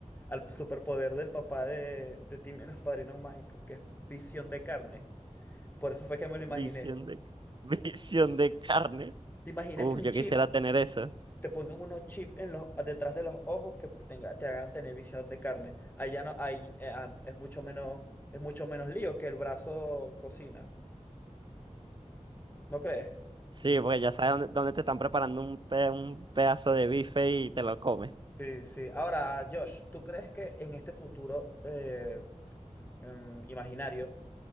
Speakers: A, on the left (about 15°); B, on the right (about 40°).
A: al superpoder del papá de, de Timmy en los Padrinos Mágicos, que es visión de carne. Por eso fue que me lo imaginé.
B: Visión de, <laughs> visión de carne.
A: ¿Te imaginas
B: Uf,
A: que un
B: yo
A: chip,
B: quisiera tener eso.
A: te pongan unos chips en los, detrás de los ojos que tenga- te hagan tener visión de carne? Ahí ya no, ahí eh, ah, es mucho menos, es mucho menos lío que el brazo cocina. ¿No crees?
B: Sí, porque ya sabes dónde, dónde te están preparando un, pe- un pedazo de bife y te lo comes.
A: Sí, sí. Ahora, Josh, ¿tú crees que en este futuro eh, em, imaginario